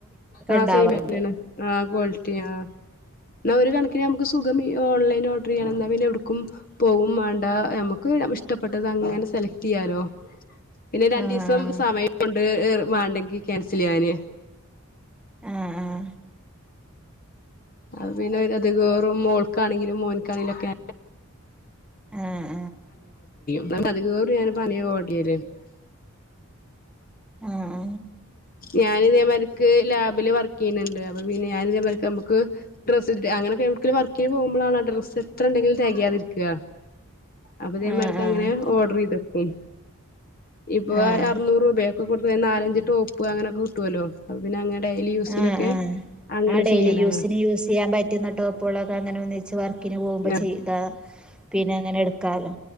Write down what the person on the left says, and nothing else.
ആ
സെയിം തന്നെയാണ് ആ ക്വാളിറ്റി ആഹ് എന്ന ഒരു കണ പിന്നെ നമുക്ക് സുഖം ഈ ഓൺലൈൻ ഓർഡറെയ്യണംന്നാ പിന്നെ എവിട്ക്കും പോകും മാണ്ടാ നമുക്ക് ഇഷ്ടപ്പെട്ടത് അങ്ങനെ സെലക്ട് ചെയ്യാലോ പിന്നെ രണ്ടീസം
സമയൊണ്ട് ഏർ മാണ്ടെങ്കി ക്യാൻസൽ ചെയ്യാന്
അത് പിന്നെ അത്കേറും മോൾക്കാണെങ്കിലും മോനക്കാണെങ്കിലും ഒക്കെ
ന്നട്ട് അതികേറും <unintelligible>
ഞാന് ഇതേമാതിരിക്ക് ലാബില് വർക്ക് ചെയ്യ്ന്ന്ണ്ട് അപ്പൊ പിന്നെ ഞാൻ ഇതേമാരിക്ക് നമുക്ക് ഡ്രസ്സ് അങ്ങനെയൊക്കെ എവിടെക്കെങ്കിലും വർക്കിന് പോകുമ്പോളാണല്ലോ ഡ്രസ്സ് എത്ര ഉണ്ടെങ്കിലും തെകയാതിരിക്കുക അപ്പയിതേ
മാരിക്ക്
അങ്ങനെ ഓർഡർ ചെയ്ത് ഉം ഇപ്പൊ
അർനൂറ് രൂപയൊക്കെ കൊ കൊടുത്ത നാലഞ്ചു ടോപ്പ് അങ്ങനൊക്കെ കിട്ടോലോ അപ്പൊ പിന്നെ അങ്ങനെ ഡെയിലി യൂസിനൊക്കെ
അങ്ങനെ
ചെയ്യലാണ്
ആഹ്